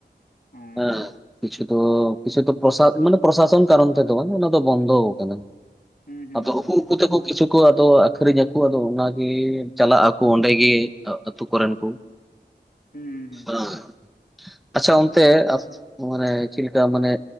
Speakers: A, on the left (about 55°); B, in the centre.
A: ᱦᱩᱸ
B: ᱦᱮᱸ᱾ ᱠᱤᱪᱷᱩ ᱫᱚ ᱠᱤᱪᱷᱩ ᱯᱨᱚᱥᱟ ᱢᱟᱱᱮ ᱯᱨᱚᱥᱟᱥᱚᱱ ᱠᱟᱨᱚᱱ ᱛᱮ ᱛᱚ ᱵᱟᱝ ᱚᱱᱟ ᱫᱚ ᱵᱚᱱᱫᱚ ᱠᱟᱱᱟ᱾
A: ᱦᱩᱸ ᱦᱩᱸ
B: ᱟᱫᱚ
A: ᱦᱩᱸ
B: ᱩᱠᱩ
A: ᱦᱩᱸ
B: ᱩᱠᱩ ᱛᱮᱠᱚ ᱠᱤᱪᱷᱩ ᱠᱚ ᱟᱫᱚ ᱟᱹᱠᱷᱨᱤᱧ ᱟᱠᱚ ᱟᱫᱚ ᱚᱱᱟᱜᱮ ᱪᱟᱞᱟᱜ ᱟᱠᱚ ᱚᱸᱰᱮ ᱜᱮ ᱟᱹᱛᱩ ᱠᱚᱨᱮᱱ ᱠᱩ᱾ ᱻ
A: ᱦᱩᱸ ᱦᱩᱸ ᱦᱩᱸ
B: ᱟᱸ ᱟᱪᱪᱷᱟ ᱚᱱᱛᱮ ᱟᱯ ᱢᱟᱱᱮ ᱪᱮᱫ ᱞᱤᱠᱟ ᱢᱟᱱᱮ